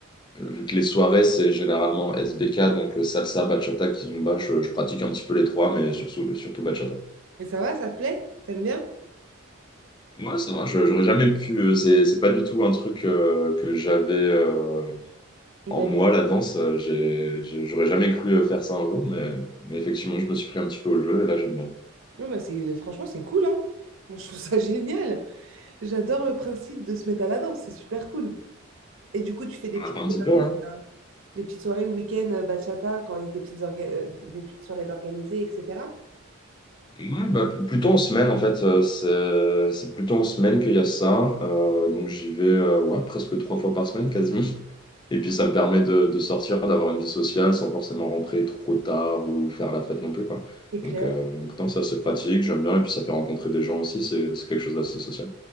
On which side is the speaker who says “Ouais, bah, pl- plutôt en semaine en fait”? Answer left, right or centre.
Left